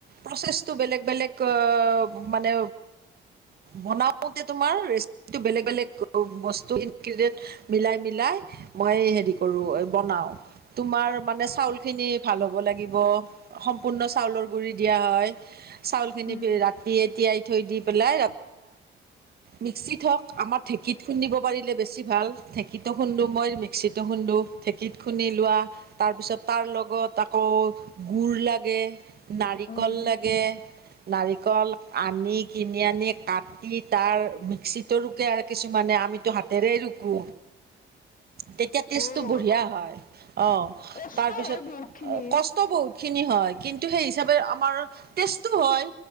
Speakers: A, on the right; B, on the left.
A: প্ৰচেছটো বেলেগ বেলেগ অ' মানে বনাওঁতে তোমাৰ ৰেচিপিটো বেলেগ বেলেগ বস্তু ইনগ্ৰডিয়েট মিলাই মিলাই মই হেৰি কৰো বনাওঁ। তোমাৰ মানে চাউলখিনি ভাল হ'ব লাগিব। সম্পূৰ্ণ চাউলৰ গুৰি দিয়া হয়। চাউলখিনি
B: উম,
A: ৰাতিয়ে টিয়াই থৈ দি পেলাই মিক্সিত হওঁক আমাৰ ঢেঁকীত খুন্দিব পাৰিলে বেছি ভাল। ঢেঁকীটো খুন্দো মই মিক্সিটো খুন্দো ঢেঁকীত খুন্দি লোৱা। তাৰ পিছত তাৰ লগত আকৌ গুৰ লাগে। নাৰিকল
B: উম।
A: লাগে নাৰিকল আনি কিনি আনি কাটি তাৰ মিক্সিতিতো ৰুকে আৰু কিছুমানে আমিতো হাতেৰেই ৰুকো। তেতিয়া টেষ্টটো
B: অ',
A: বঢ়িয়া হয় অ'
B: কষ্ট
A: তাৰপিছত
B: হয় বহুত খিনি।
A: কষ্ট বহুত। খিনি হয়। কিন্তু সেই হিচাপে আমাৰ টষ্টটো হয়।